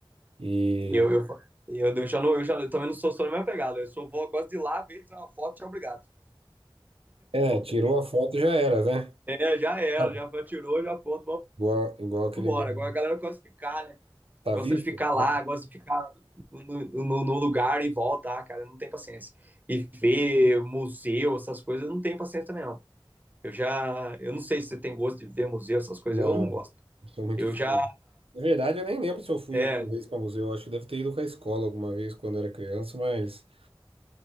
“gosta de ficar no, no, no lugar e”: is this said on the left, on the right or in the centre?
Right